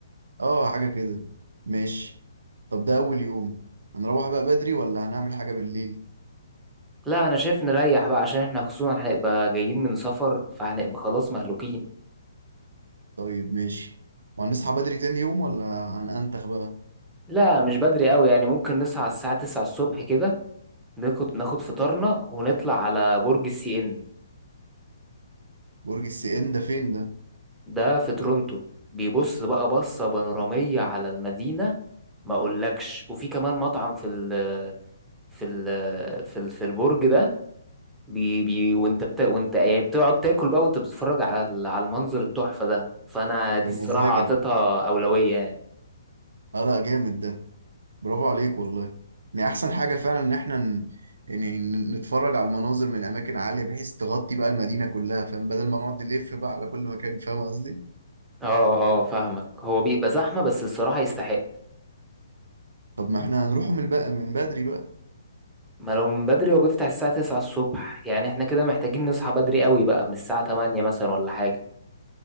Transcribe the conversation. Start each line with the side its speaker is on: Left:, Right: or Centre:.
Right: اه حاجة كده ماشي طب ده أول يوم هنروح بقى بدري ولا هنعمل حاجة بالليل
Centre: لا انا شايف نريح بقى عشان احنا خصوصا هنبقى جايين من سفر فهنبقى خلاص مهلوكين
Right: طيب ماشي وهنصحى بدري تاني يوم ولا هنأنتخ بقى
Centre: لا مش بدري قوي يعني ممكن نصحى على الساعة 9 الصبح كده ناخد ناخد فطارنا ونطلع على برج السي ان
Right: برج السي ان ده فين ده
Centre: ده في تورونتو بيبص بقى بصة بانورامية على المدينة ما اقولكش وفي كمان مطعم في ال في ال في ال في البرج ده بي بي وانت بت... وانت يعني بتقعد تاكل بقى وانت بتتفرج على ال- على المنظر التحفة ده فانا دي
Right: يا
Centre: الصراحة
Right: مزاجك
Centre: اعطيتها أولوية يعني
Right: اه لا جامد ده برافو عليك والله يعني أحسن حاجة فعلا إن احنا ن- يعني ن- نتفرج على المناظر من أماكن عالية بحيث تغطي بقى المدينة كلها فاهم بدل ما نقعد نلف بقى على كل مكان فاهم قصدي
Centre: اه اه فاهمك هو بيبقى زحمة بس الصراحة يستحق
Right: طب ما احنا هنروح من بقى من بدري بقى
Centre: ما لو من بدري هو بيفتح الساعة 9 الصبح يعني احنا كده محتاجين نصحى بدري قوي بقى من الساعة 8 مثلا ولا حاجة